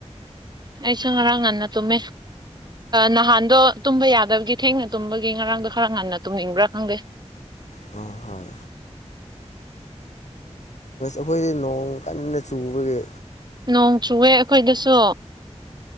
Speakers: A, on the right (about 35°); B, on the left (about 85°).
A: ꯑꯩꯁꯨ ꯉꯔꯥꯡ ꯉꯟꯅ ꯇꯨꯝꯃꯦ ꯅꯍꯥꯟꯗꯣ ꯇꯨꯝꯕ ꯌꯥꯗꯕꯒꯤ ꯊꯦꯡꯅ ꯇꯨꯝꯕꯒꯤ ꯉꯔꯥꯡꯗꯣ ꯈꯔ ꯉꯟꯅ ꯇꯨꯝꯅꯤꯡꯕ꯭ꯔꯥ ꯈꯪꯗꯦ
B: ꯑ ꯍꯣꯏ ꯑꯈꯣꯏꯗꯤ ꯅꯣꯡ ꯀꯟꯅ ꯆꯨꯕꯒꯤ
A: ꯅꯣꯡ ꯆꯨꯑꯦ ꯑꯈꯣꯏꯗꯁꯨ